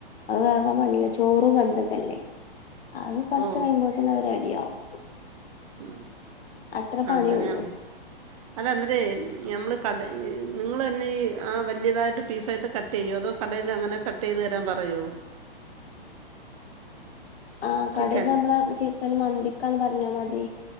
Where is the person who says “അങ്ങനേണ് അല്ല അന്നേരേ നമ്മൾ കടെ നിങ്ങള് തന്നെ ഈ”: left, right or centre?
Right